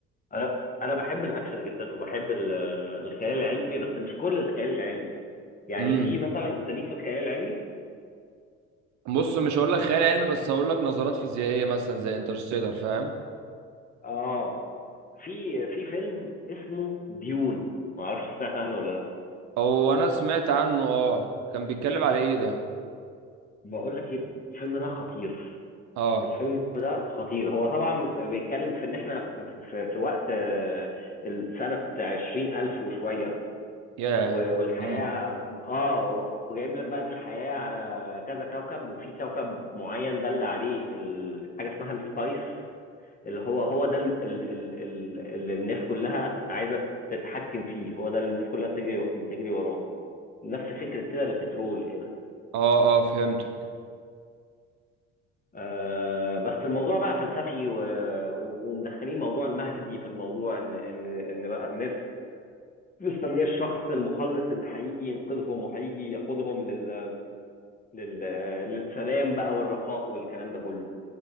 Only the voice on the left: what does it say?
انا انا بحب الاكشن جدا وبحب ال- الخيال العلمي بس مش كل الخيال العلمي يعني
في مثلا انت ليك في الخيال العلمي
اه في في فيلم اسمه ديون ما اعرفش سمعت عنه ولا لا
بقول لك ايه الفيلم ده خطير
الفيلم ده خطير هو طبعا بيتكلم في ان احنا في, في, في وقت آه، سنة عشرين ألف وشوية
و- والحياة
اه وجايب لك بقى ان الحياة على كذا كوكب وفي كوكب معين دل عليه ال- حاجة اسمها السبايس اللي هو هو ده ال- ال- ال- ال- اللي الناس كلها عايزة تتحكم فيه هو ده اللي الناس كلها بتجري بتجري وراه نفس فكرة كده البترول كده
آه بس الموضوع بقى فلسفي و... و... ومدخلين موضوع المهدي في الموضوع ان ان ان بقى الناس مستنيه الشخص المخلص اللي هيجي ينقذهم وهيجي يقودهم لل... لل... للسلام بقى والرخاء والكلام ده كله